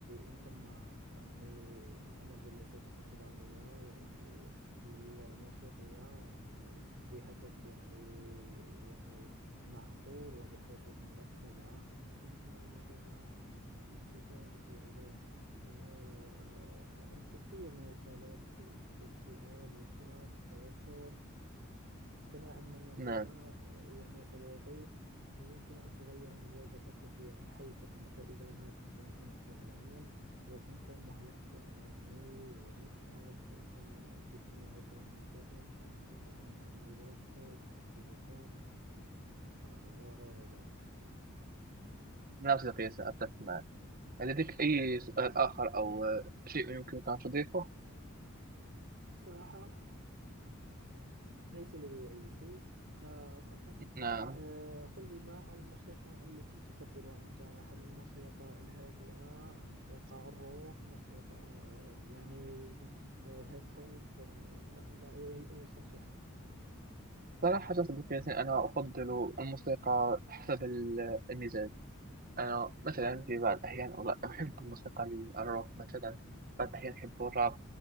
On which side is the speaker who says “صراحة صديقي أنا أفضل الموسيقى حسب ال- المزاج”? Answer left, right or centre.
Right